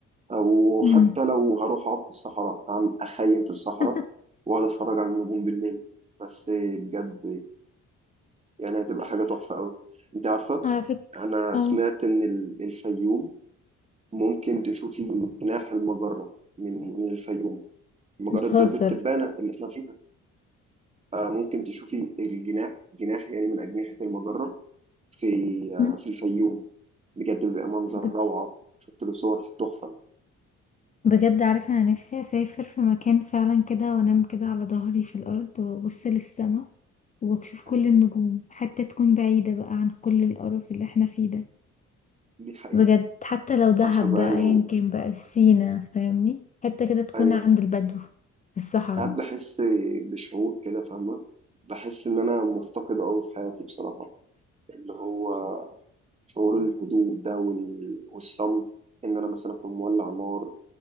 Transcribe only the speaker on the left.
امم
<laughs>
على فكرة
اه
بتهزر
مم.
ب-
بجد عارفة انا نفسي اسافر في مكان فعلا كده وانام كده على ظهري في الارض وابص للسما واشوف كل
النجوم حتى تكون بعيدة بقى عن كل القرف اللي احنا فيه ده
بجد حتى لو دهب
بقى
ايا كان بقى سينا فاهمني حتة كده تكون
عند البدو في الصحراء